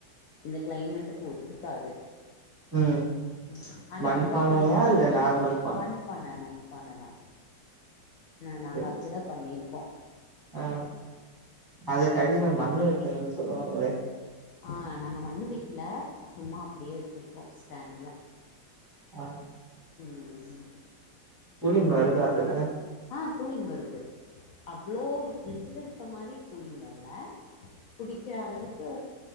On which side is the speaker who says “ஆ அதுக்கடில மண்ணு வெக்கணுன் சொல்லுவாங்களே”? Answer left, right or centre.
Right